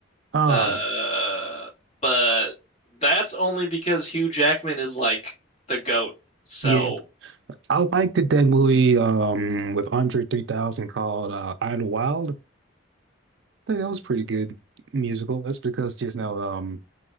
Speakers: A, on the right; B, on the left.
A: Ah,
B: Uh, but that's only because Hugh Jackman is like the goat. So.
A: yeah. I liked that that movie um with Andre 3000 called uh, Idlewild. I think that was pretty good musical. That's because just now um